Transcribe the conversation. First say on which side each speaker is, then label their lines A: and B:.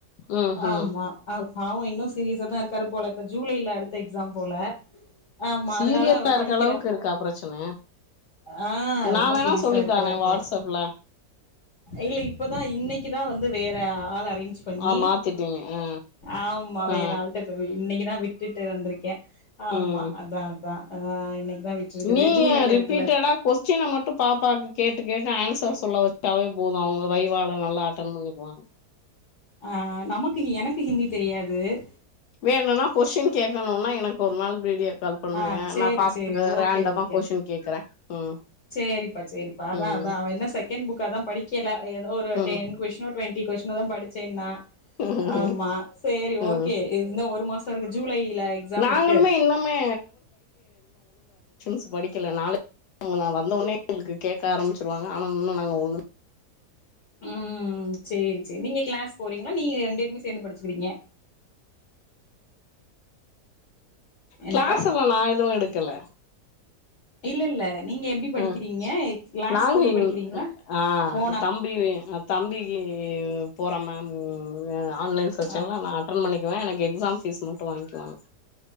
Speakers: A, on the left; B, on the left.
A: ம் ம்
B: ஆமா அ பாவோ இன்னு சீரியஸா தா இருக்காரு போல ஜூலைல அடுத்த எக்ஸாம் போல ஆமா
A: சீரியஸா
B: அதனால அவ
A: இருக்க
B: படிக்குற
A: அளவுக்கு இருக்கா பிரச்சன
B: ஆ
A: நா
B: ரொம்ப
A: வேணா
B: சீரியஸா
A: சொல்லி
B: இருக்குராரு
A: தாரே வாட்ஸ்அப்ல
B: போல இல்ல இன்னைக்குதா வந்து வேற ஆள அரேஞ் பண்ணி
A: ஆ மாத்திட்டீங்க ஆ
B: ஆமா வேற
A: ஆ
B: ஆள்ட்ட போய் இன்னைக்கு அதா விட்டுட்டு வந்திருக்கே ஆமா
A: உம்
B: அதா அதா ஆ இன்னைக்குதா விட்டுருக்குது
A: நீங்க
B: ஜூலைல
A: ரிப்பீட்டடா
B: இருக்குல்ல
A: கொஸ்டின மட்டு பாப்பாக்கு கேட்டு கேட்டு ஆன்சர் சொல்ல வச்சாவே போது அவுங்க வய வேல நல்லா அட்டன் பண்ணிக்குவாங்க
B: ஆ நமக்கு எனக்கு ஹிந்தி தெரியாது இது
A: வேனுன்னா கொஷ்டின் கேட்கணுனா எனக்கு ஒரு நாள் வீடியோ கால் பண்ணுங்க
B: ஆ சேரி
A: நா பாத்து
B: சேரி ஓகே
A: ரேண்டமா
B: ஓகே
A: கொஸ்டின் கேக்குறே ம்
B: சேரிப்பா சேரிப்பா அதா
A: ம்
B: அதா அவ இன்னு செகண்ட் புக்கதா படிக்கல ஏதோ ஒரு
A: ம்
B: டென் கொஸ்டின்னோ டுவெண்ட்டி கொஸின் இப்பதா படிச்சேனா
A: ம்
B: ஆமா சேரி ஓகே
A: ம்
B: இந்த ஒரு மாசோ இருக்கு ஜூலையில எக்ஸாம்
A: நாங்களுமே
B: இருக்கு
A: இன்னுமே ஸ் படிக்கல <inaudible> வந்தோனே எங்ளுக்கு கேக்க ஆரம்மிச்சிருவாங்க ஆனா இன்னு நாங்க ஒன்னு
B: ம் சேரி சேரி நீங்க கிளாஸ் போறீங்ளா நீங்க ரெண்டு பேருமே சேந்து படிச்சுக்கிறீங்க என்னப்பா
A: கிளாஸல்லா நா எதுவு எடுக்கல
B: இல்ல இல்ல நீங்க எப்டி படிக்கிறீங்க
A: ஆ
B: கிளாஸ்
A: நாங்க
B: போய்
A: இங்
B: படிக்கிறீங்களா
A: ஆ
B: ஓனா
A: தம்பி தம்பிக்கு போற நம்ம மூ ஆன்லைன் செக்ஷன்லா
B: ஆ
A: நா அட்டன் பண்ணிக்குவே எனக் எக்ஸாம் ஃபீஸ் மட்டு வாங்க்கிவாங்க